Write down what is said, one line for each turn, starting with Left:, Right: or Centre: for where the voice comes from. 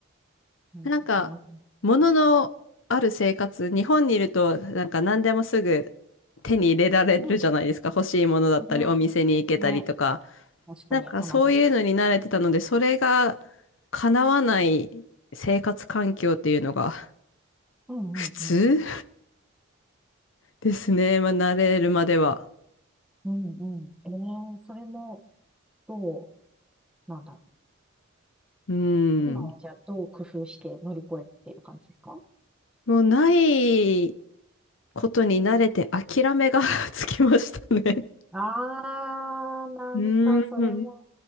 Centre: うん、
Left: なんか、
Centre: な、
Left: もののある生活、日本にいると、なんか何でもすぐ手に入れられるじゃないですか。
Centre: うん、
Left: 欲しいものだったり、
Centre: ね、
Left: お店に行けたりとか。
Centre: ね、確かに、
Left: なんかそういうのに慣れてたので、
Centre: アマゾン。
Left: それが叶わない生活環境っていうのが
Centre: うん、
Left: 普通
Centre: うん、うん。
Left: ですね。まあ、慣れるまでは。
Centre: うん、うん。えー、それも、どう、なんだろう。
Left: うん。
Centre: 今はじゃあ、どう工夫して乗り越えている感じですか
Left: もうないことに慣れて諦めが <laughs> つきましたね。
Centre: あー、なんかそれも
Left: うん。